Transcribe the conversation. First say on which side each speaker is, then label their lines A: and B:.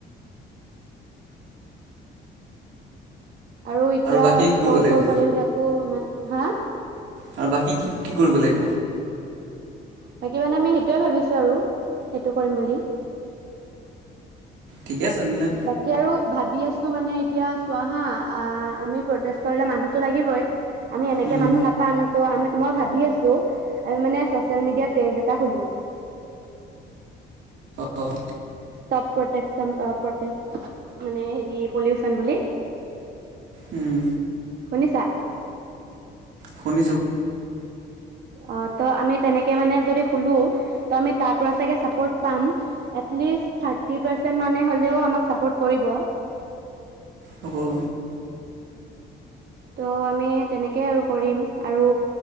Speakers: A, on the right (about 60°); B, on the right (about 80°).
A: আৰু এতিয়া
B: বাকী কি
A: সৰু
B: কৰিব লাগিব
A: সৰু পোৱালি বিলাকো ইমান হা?
B: আৰু বাকী কি কি কৰিব লাগিব?
A: বাকী মানে আমি সেইটোয়ে ভাবিছো আৰু, সেইটো কৰিম বুলি।
B: ঠিকে আছে তেনে।
A: বাকী আৰু ভাবি আছো মানে এতিয়া চোৱা হা আহ আমি প্ৰটেষ্ট কৰিলে মানুহতো লাগিবই। আমি এনেকে
B: উম
A: মানুহ নাপাম তো আমি। মই ভাবি আছো আৰু মানে চচিয়েল মিডিয়াত পেজ এটা খুলোঁ।
B: অ
A: ষ্টপ প্ৰটেকচন প্ৰটেক মানে হেৰি পলিউচন বুলি
B: উম।
A: শুনিছা
B: শুনিছো
A: অ ত' আমি তেনেকে মানে যদি খোলো ত' আমি তাৰ পৰা চাগে চাপৰ্ট পাম এটলিষ্ট থাৰ্টি পাৰ্চেন্ট মানে হ'লেও আমাক চাপৰ্ট কৰিব।
B: হব।
A: ত' আমি তেনেকেই আৰু কৰিম আৰু